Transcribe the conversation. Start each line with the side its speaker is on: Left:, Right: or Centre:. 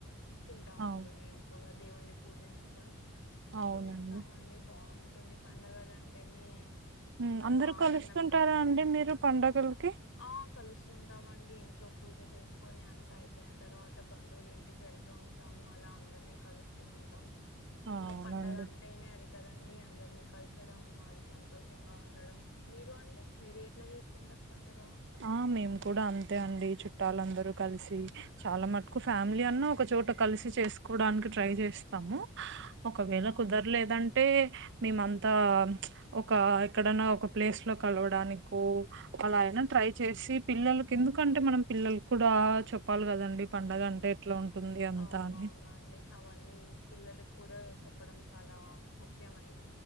Left: తింటామండి
Right: అవు
Left: మేము కూడా దేవుణ్ణి పూజించుకొని
Right: అవునండి
Left: తినేస్తామండి బాగుంటుంది పండగలు అంటేనే
Right: ఉమ్,
Left: చాలా
Right: అందరూ
Left: ఆనందం
Right: కలుస్తుంటారా
Left: కదండి
Right: అండి మీరు పండగలకి
Left: ఆ కలుస్తుంటాం అండి ఇంట్లో పూజ చేసుకుని అంత అయిపోయిన తర్వాత బంధువులు ఇంటికి వెళ్తూ ఉంటాము అలా అందరినీ కలుస్తూ ఉంటాం
Right: ఆ,
Left: ఇంకా
Right: అవునండి
Left: పడుగ అంటేనే అది కదండి అందరినీ కలసడం మాది సంతోషంగా ఉండడం మీరు అండి మీరు ఎట్లా చేసుకుంటారు పండగ
Right: ఆ మేము కూడా అం తే అండి చుట్టాలందరూ కలిసి చాలా మటుకు ఫ్యామిలీ అన్నా ఒకచోట కలిసి చేసుకోవడానికి ట్రై చేసినాము ఒకవేళ
Left: అవునండి
Right: కుదరలేదంటే మేమ అంతా ప్చ్ ఒక ఎక్కడన్నా ఒక ప్లేస్ లో కలవడానికో అలా అయినా ట్రై చేసి పిల్లలకి ఎందుకంటే మనం పిల్లలకి కూడా చెప్పాలి కదండి పండగ అంటే ఎట్లా ఉంటుంది అంతా
Left: అవునవునండి
Right: అని
Left: అవన్నీ పిల్లలకి కూడా చెప్ప చెప్పడం చాలా ముఖ్యమైన